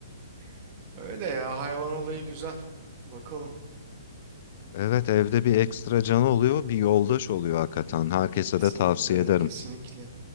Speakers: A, on the right; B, on the left.
A: <laughs> Öyle ya hayvan olayı güzel. Bakalım.
B: Evet evde bir ekstra canı oluyor, bir yoldaş oluyor hakikaten. Herkese
A: Kesinlikle
B: de tavsiye
A: öyle
B: ederim.
A: kesinlikle.